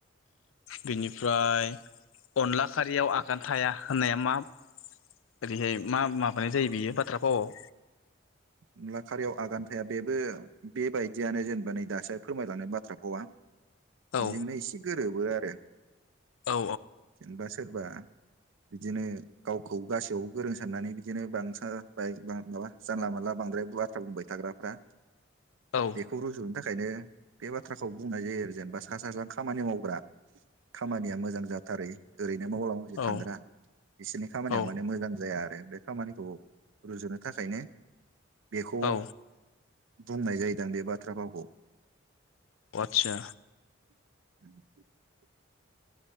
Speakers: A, on the left (about 85°); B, on the right (about 75°).
A: बिनिफ्राय अनला खारियाव आगान थाया होननाया मा ओरैहाय मा माबाया जायो बियो बाथ्रा फावआव
B: अनला खारियाव आगान थाया बेबो बेबायदियानो जेनेबा नै दासो फोरमायलांनाय बाथ्रा फावा। बेजोंनो
A: औ
B: एसे गोरोबो आरो
A: औ
B: जेनेबा सोरबा बिदिनो गावखौ गासैयावबो गोरों साननानै बिदिनो बांसारा बाय बां माबा जानला मानला बांद्राय बाथ्रा बुंबाय थाग्राफ्रा
A: औ
B: बेखौ रुजुनो था खायनो बे बाथ्राखौ बुंनाय जायो आरो जेनेबा सा सा ज्रां खामानि मावग्रा खामानिया मोजां जाथारै ओरै नो मावला मावलि
A: औ
B: थांग्रा बिसोरनि खामानिया
A: औ
B: माने मोजां जाया आरो। बे खामानिखौ रुजुनो थाखायनो बेखौ
A: औ
B: बुंनाय जायोदां बे बाथ्रा फावखौ।
A: आदसा
B: <inaudible>